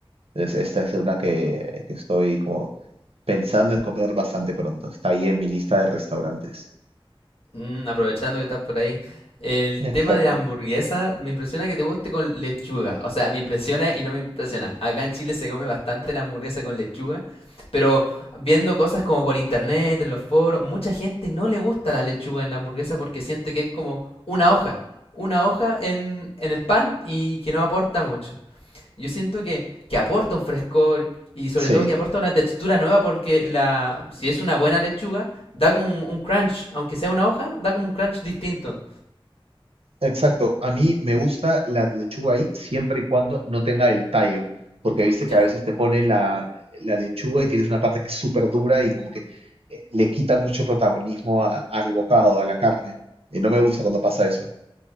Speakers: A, on the right; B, on the left.
A: Entonces, esta es una que, que estoy como pensando en comer bastante pronto. Está ahí en mi lista de restaurantes.
B: Mm, aprovechando que estás por ahí, el tema
A: Exacto.
B: de la hamburguesa me impresiona que te guste con lechuga. O sea, me impresiona y no me impresiona. Acá en Chile se come bastante la hamburguesa con lechuga, pero viendo cosas como por internet, en los foros, mucha gente no le gusta la lechuga en la hamburguesa porque siente que es como una hoja, una hoja en, en el pan y que no aporta mucho. Yo siento que, que aporta un frescor y sobre
A: Sí,
B: todo que aporta una textura nueva porque la, si es una buena lechuga, da como un, un crunch, aunque sea una hoja, da como un crunch distinto.
A: exacto. A mí me gusta la lechuga ahí siempre y cuando no tenga el tallo, porque viste que
B: Ya,
A: a veces te ponen la, la lechuga y tienes una parte que es súper dura y como que eh, le quita mucho protagonismo a- al bocado, a la carne. Y no me gusta cuando pasa eso.